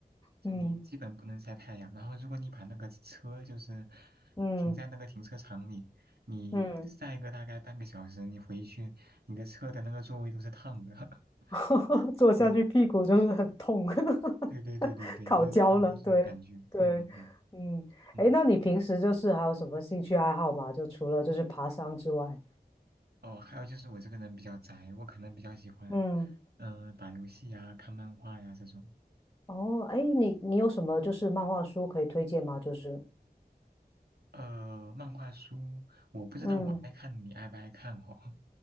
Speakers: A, on the right; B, on the left.
A: 就你基本不能晒太阳，
B: 嗯
A: 然后如果你把那个车就是
B: 嗯
A: 停在那个停车场里，你晒个大概半个小时，
B: 嗯，
A: 你回去，你的车的那个座位都是烫的，<laughs>
B: <laughs> 坐下去屁股就是很痛，
A: 嗯，
B: <laughs>
A: 对对对对对，
B: 烤焦了。
A: 就是差不多这种感觉，
B: 对对，
A: 嗯嗯嗯。
B: 嗯，哎，
A: 嗯
B: 那你平时就是还有什么兴趣爱好吗？就除了就是爬山之外，
A: 哦，还有就是我这个人比较宅，我可能比较喜欢，
B: 嗯。
A: 嗯、打游戏呀、看漫画呀这种。
B: 哦，哎，你你有什么就是漫画书可以推荐吗？就是，
A: 呃，漫画书我不知道我爱看，
B: 嗯，
A: 你爱不爱看哦？